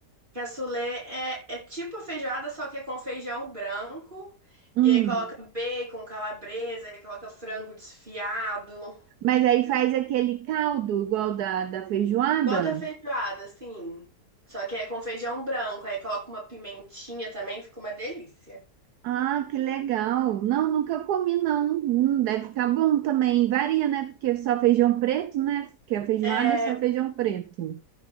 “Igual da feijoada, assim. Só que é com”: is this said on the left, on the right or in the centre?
Right